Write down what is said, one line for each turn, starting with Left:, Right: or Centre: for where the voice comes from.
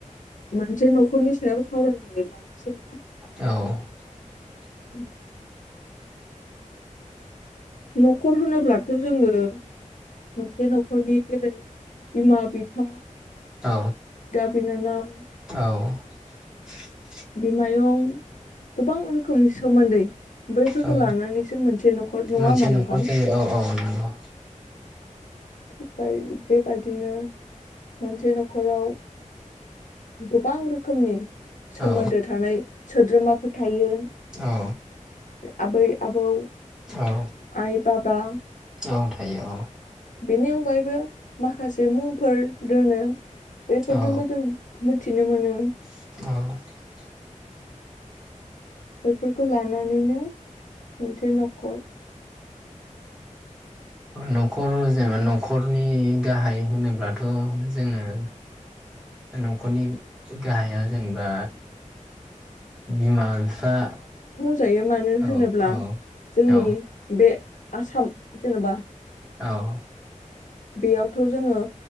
Left: मोनसे नखरनि सायाव सावरायनो लानोसै नामा?
Centre: औ।
Left: <unintelligible> नखर होनोब्लाथ जोङो मोनसे नखरनि जेरै बिमा बिफा
Centre: औ।
Left: बिनानाव।
Centre: औ।
Left: बिमायं गोबां रोखोमनि सोमोन्दै बैफोरखौ
Centre: औ
Left: लानानैसो मोनसे नखर नङा
Centre: मोनसे
Left: होमबा नोंथां
Centre: नखर जायो औ औ नंगौ।
Left: बायो बे बेबायदिनो मोनसे नखराव गोबां रोखोमनि सोमोन्दो
Centre: औ
Left: थानाय। सोद्रोमाफोर थायो।
Centre: औ
Left: आबै-आबौ
Centre: औ
Left: आइ बाब बा
Centre: औ थायो औ
Left: बेनि अनगायैबो माखासे मुंफोर दोंङो बेफोरजोंबो
Centre: औ
Left: जों मिनथिनो मोनो।
Centre: औ
Left: बेफोरखौ लानानैनो मोनसे न'खर।
Centre: न'खर जेनेबा न'खरनि गाहाय होनोब्लाथ जोङो न'खरनि गाहाया जेनेबा बिमा बिफा
Left: जायो मानो
Centre: औ
Left: होनोब्ला
Centre: औ
Left: जोंनि
Centre: औ
Left: बे आसाम जेनेबा
Centre: औ
Left: बेयावथ जोङो